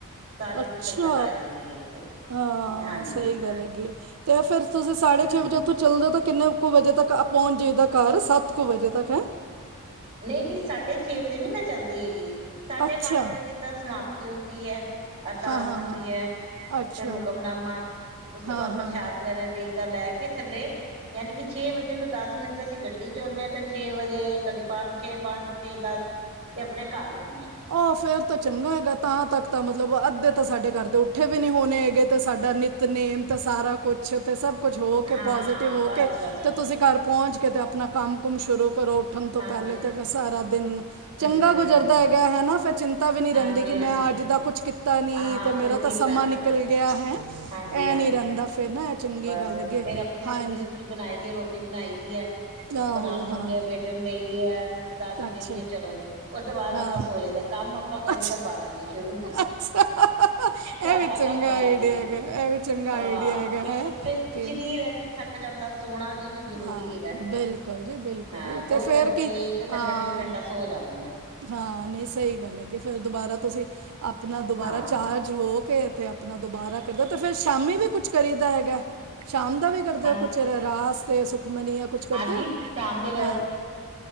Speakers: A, on the right (about 30°); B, on the right (about 85°).
A: ਸਾਰੇ
B: ਅੱਛਾ,
A: ਫਿਰ ਸੰਗਤ ਆ ਜਾਂਦੀ ਹੈ ਉੱਥੇ
B: ਹਾਂ
A: ਹਾਂਜੀ
B: ਸਈ ਗੱਲ ਹੈਗੀ। ਤੇ ਫੇਰ ਤੁਸੀਂ ਸਾਡੇ
A: ਹਮ
B: ਛੇ ਵਜੇ ਓਥੋਂ ਚੱਲਦੇ ਓ ਤੇ ਕਿੰਨੇ ਕੁ ਵਜੇ ਤੱਕ ਪਹੁੰਚ ਜਾਈਦਾ ਘਰ ਸੱਤ ਕੁ ਵਜੇ ਤੱਕ ਹੈ।
A: ਨਈ ਨਈ ਸਾਢੇ ਛੇ ਵਜੇ ਨੀ ਮੈਂ ਚੱਲਦੀ ਹੈਗੀ, ਸਾਢੇ
B: ਅੱਛਾ
A: ਪੰਜ ਵਜੇ ਤਾਂ ਸਮਾਪਤੀ ਹੁੰਦੀ ਐ। ਅਰਦਾਸ
B: ਹਾਂ ਹਾਂ
A: ਹੁੰਦੀ
B: ਹਾਂ
A: ਐ, ਫ਼ਿਰ
B: ਅੱਛਾ
A: ਹੁਕਮਨਾਮਾ। ਉਸ ਤੋਂ
B: ਹਾਂ
A: ਬਾਅਦ
B: ਹਾਂ
A: ਪ੍ਰਸ਼ਾਦ ਵਗੈਰਾ ਦੇਗ ਦਾ ਲੈ ਕੇ ਥੱਲੇ ਯਾਨੀ ਕਿ ਛੇ ਵੱਜਨ ਨੂੰ ਦਸ ਮਿੰਟ ਤੇ ਅਸੀਂ ਗੱਡੀ ਚ ਹੋਨੇ ਆ ਤੇ ਛੇ ਵਜੇ ਕਦੇ ਪੰਜ, ਛੇ, ਪੰਜ ਛੇ ਦਸ ਤੇ ਅਪਨੇ ਘਰ ਹੁੰਨੇ ਆ।
B: ਓ ਫੇਰ ਤਾਂ ਚੰਗਾ ਹੈਗਾ ਤਾਂ ਤੱਕ ਤਾਂ ਮਤਲਬ ਅੱਧੇ ਤਾਂ ਸਾਡੇ ਘਰ ਦੇ ਉੱਠੇ ਵੀ ਨੀ ਹੋਨੇ ਹੈਗੇ ਤੇ ਸਾਡਾ ਨਿਤ ਤਨੇਮ ਤਾਂ ਸਾਰਾ ਕੁਛ ਓਥੇ ਸਭ ਕੁਛ ਹੋ ਕੇ,
A: ਹਾਂ
B: ਪੋਜ਼ੀਟਿਵ ਹੋ
A: ਬਸ
B: ਕੇ ਅਤੇ
A: ਬਸ ਬਸ
B: ਤੁਸੀਂ ਘਰ ਪੋਚ ਕੇ ਤੇ ਅਪਨਾ ਕੰਮ ਕੁਮ ਸ਼ੁਰੂ ਕਰੋ। ਉੱਠਣ ਤੋਂ
A: ਹਾਂਜੀ
B: ਪਹਿਲੇ ਤਾਂ ਫਿਰ ਸਾਰਾ ਦਿਨ ਚੰਗਾ
A: ਹਮ
B: ਗੁਜ਼ਰਦਾ ਹੈਗਾ ਹੈਨਾ ਫ਼ਿਰ ਚਿੰਤ ਤਾ ਵੀ ਨਹੀ
A: ਹਾਂਜੀ
B: ਰਹਿੰਦੀ ਕਿ ਮੈਂ
A: ਹਾਂਜੀ
B: ਅੱਜ ਦਾ ਕੁੱਛ ਕੀਤ ਤਾ ਨੀ
A: ਹਾਂ
B: ਤੇ ਮੇਰਾ
A: ਕੁਛ
B: ਤਾਂ
A: ਕੀਤਾ
B: ਸਮਾਂ
A: ਨੀ
B: ਨਿਕਲ
A: ਗਾ
B: ਗਿਆ ਹੈ,
A: ਹਾਂਜੀ
B: ਐ
A: ਹਾਂਜੀ
B: ਨੀ ਰਹਿੰਦਾ ਫੇਰ ਨਾ। ਚੰਗੀ
A: ਬਸ
B: ਗੱਲ ਹੈਗੀ
A: ਫ਼ਿਰ ਅਪਨੀ ਸਬਜ਼ੀ
B: ਹਾਂਜੀ
A: ਸੁਬਜੀ ਬਨਾਈ ਦੀ ਐ, ਰੋਟੀ ਬਨਾਈ ਦੀ ਐ ਬਨਾ
B: ਆਹੋ
A: ਬਨੂ
B: ਹਾਂ
A: ਕੇ ਬੇ ਟੇ ਨੂੰ ਦੇਈਦੀ ਐ ਸਰਦਾਰ ਜੀ ਨੂੰ
B: ਅੱਛਾ
A: ਦੇਈਦੀ ਐ, ਚਲੋ ਜੀ। ਉਸ ਤੋਂ ਬਾਦ
B: ਹਾਂ
A: ਆਪਾਂ ਸੋ ਜਾਇਦੈ, ਕੰਮ ਆਪਾਂ ਕਰੀ
B: ਅੱਛਾ
A: ਦੈ ਬਾਰਾਂ ਵਜੇ ਸ਼ੁਰੂ।
B: ਅੱਛਾ ਇਹ
A: ਘਰ
B: ਵੀ
A: ਦਾ
B: ਚੰਗਾ
A: ਕੰਮ ਬਾਰਾਂ
B: ਆਈਡੀਆ
A: ਵਜੇ ਸ਼ੁਰੂ,
B: ਹੈਗਾ ਇਹ ਵੀ ਚੰਗਾ
A: ਹਾਂ।
B: ਆਈਡੀਆ ਹੈਗਾ
A: ਫੇਰ-ਫੇਰ
B: ਹੈ ਕਿ
A: ਸਰੀਰ ਐ ਜੀ, ਥੱਕ ਜਾਂਦਾ। ਸੋਣਾ ਵੀ ਇਹਨੇ ਜ਼ਰੂਰੀ
B: ਹਾਂ
A: ਹੈਗਾ‌‌।
B: ਬਿਲਕੁਲ ਜੀ ਬਿਲਕੁਲ
A: ਹਾਂ,
B: ਤੇ
A: ਦੋ
B: ਫੇਰ
A: ਘੰਟੇ,
B: ਕੀ
A: ਇੱਕ ਘੰਟਾ,
B: ਹਾਂ
A: ਡੇਢ ਘੰਟਾ ਸੋ ਜਾਂਨੀ ਆ।
B: ਹਾਂ। ਨਹੀਂ ਸਹੀ ਗੱਲ ਹੈਗੀ‌‌। ਫ਼ਿਰ ਦੁਬਾਰਾ ਤੁਸੀਂ ਆਪਣਾ ਦੁਬਾਰਾ
A: ਹਾਂ
B: ਚਾਰਜ ਹੋ ਕੇ ਤੇ ਆਪਣਾ ਦੁਬਾਰਾ ਕਰੀਦਾ ਤੇ ਫੇਰ ਸ਼ਾਮੀ ਵੀ ਕੁੱਛ ਕਰੀਦਾ ਹੈਗਾ, ਸ਼ਾਮ ਦਾ ਵੀ ਕਰਦੇ
A: ਹਾਂ
B: ਓ ਕੁਛ, ਰਹਿਰਾਸ ਤੇ ਸੁਖਮਨੀ ਜਾਂ ਕੁਛ ਕਰਦੇ
A: ਹਾਂਜੀ
B: ਓ, ਹਾਂ।
A: ਸ਼ਾਮ ਦੇ
B: ਹਾਂ,